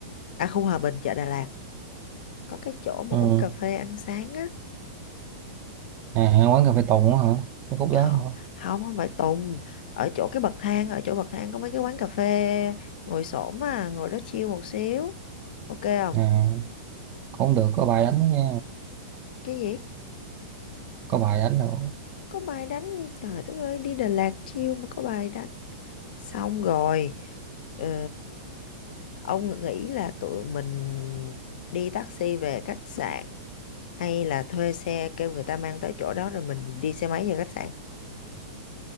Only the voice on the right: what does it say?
ừ
à quán cà phê Tùng á hả cái khúc đó
hả
à cũng được có bài đánh đó nha
có bài đánh nữa